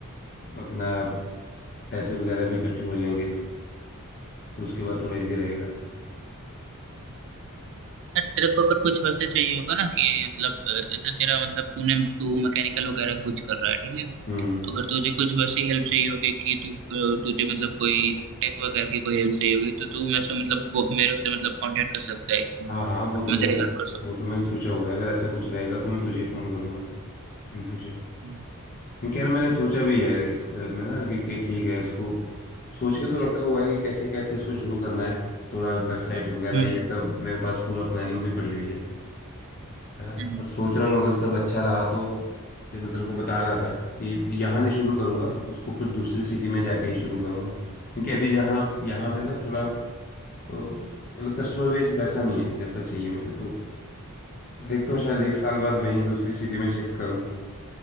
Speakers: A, on the left (about 40°); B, on the right (about 55°).
A: अपना पैसे वगैरह भी इकट्ठे हो जाएंगे उसके बाद थोड़ा इजी रहेगा
B: यार, तेरे को अगर कुछ वैसे चाहिए होगा ना कि मतलब अ, जैसे तेरा मतलब तूने तू मैकेनिकल वगैरह कुछ कर रहा है ठीक है
A: हम्म
B: अगर तुझे कुछ वैसी हेल्प चाहिए होगी कि तू तुझे मतलब कोई टेक वगैरह की कोई हेल्प चाहिए होगी तो तू मेरे से मतलब वो- मेरे से मतलब कांटेक्ट कर सकता है
A: हाँ हाँ वो तो
B: मैं
A: मैं
B: तेरी हेल्प कर सकता
A: वो तो मैंने सोचा हुआ है अगर ऐसा कुछ रहेगा तो मैं तुझे फ़ोन करूँगा इन फ्यूचर
B: हूँ
A: क्योंकि यार मैंने सोचा भी है इस अ, मैं ना कि कि ठीक है इसको सोच के तो रखा हुआ है कि कैसे कैसे इसको शुरू करना है थोड़ा वेबसाइट वगैरह
B: हम्म,
A: ये सब मेरे पास पूरा प्लानिंग भी पड़ी हुई है है ना
B: हम्म,
A: और सोच रहा हूँ अगर सब अच्छा रहा तो जो मैं तेरे को बता रहा था कि यहाँ नहीं शुरू करूँगा
B: हम्म,
A: उसको फिर दूसरी सिटी में जाके ही शुरू करूँगा क्योंकि अभी जहाँ यहाँ
B: हम्म,
A: पे ना थोड़ा तो मतलब कस्टमर बेस वैसा नहीं है जैसा चाहिए मुझे तो देखता हूँ शायद
B: हम्म।
A: एक साल बाद वहीं दूसरी सिटी में शिफ्ट करूँ